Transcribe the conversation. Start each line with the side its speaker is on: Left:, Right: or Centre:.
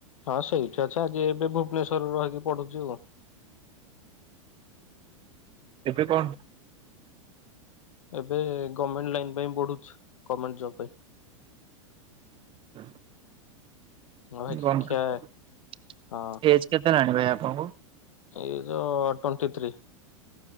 Left: ହଁ ସେଇଠି ଅଛି ଆଜି ଏବେ ଭୁବନେଶ୍ୱରରେ ରହିକି ପଢୁଛୁ ଆଉ।
Right: ଏବେ କଣ?
Left: ଏବେ ଗଭର୍ଣ୍ଣମେଣ୍ଟ ଲାଇନ ପାଇଁ ପଢୁଛି ଗର୍ଣମେଣ୍ଟ ଜବ ପାଇଁ।
Right: <inaudible>
Left: ଆଉ
Right: ଏଜ
Left: ଭାଇ ଖିଆ
Right: କେତେ ହେଲାଣି
Left: ହଁ
Right: ଭାଇ ଆପଣଙ୍କୁ?
Left: ଏଇ ଟ୍ୱେଣ୍ଟି ଥ୍ରୀ।